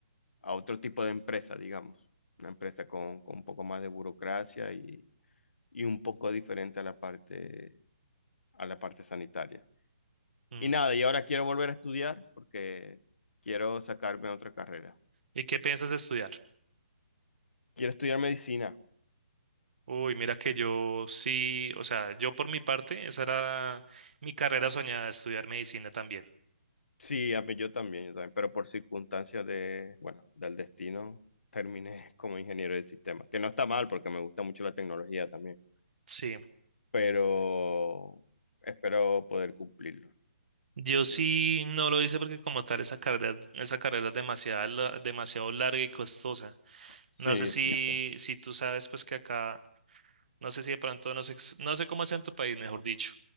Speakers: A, on the left; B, on the right.
A: a otro tipo de empresa, digamos. Una empresa con, con un poco más de burocracia y, y un poco diferente a la parte, a la parte sanitaria.
B: Mm,
A: Y nada, y ahora quiero volver a estudiar porque quiero sacarme otra carrera.
B: ¿Y qué piensas estudiar?
A: Quiero estudiar medicina.
B: Uy, mira que yo sí, o sea, yo por mi parte, esa era mi carrera soñada, estudiar medicina también.
A: Sí, a mí- yo también, yo también, pero por circunstancias de, bueno, del destino, terminé <laughs> como ingeniero de sistemas que no está mal porque me gusta mucho la tecnología también,
B: Sí,
A: pero espero poder cumplirlo.
B: yo sí
A: Sí,
B: no lo hice porque como tal esa carrera, esa carrera es demasiado, la- demasiado larga y costosa.
A: sí,
B: No sé si,
A: sí. sí.
B: si tú sabes pues que acá, no sé si de pronto, no sé, no sé cómo es en tu país, mejor dicho.